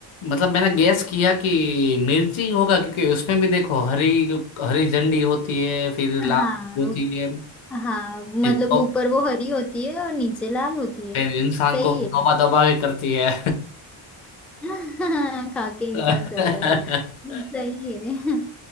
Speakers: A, on the left; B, in the centre.
A: मतलब मैंने गैस किया कि मिर्च ही होगा क्योंकि उसमें भी देखो हरी हरी झंडी होती है फिर लाल
B: हाँ
A: झंडी
B: वो-
A: होती है
B: हाँ मतलब
A: फिर तो,
B: ऊपर वो हरी होती है और नीचे लाल होती है
A: फिर इंसान
B: सही
A: को तौबा
B: है
A: तौबा भी करती है
B: <laughs> खा के
A: <laughs>
B: इंसान करता है सही है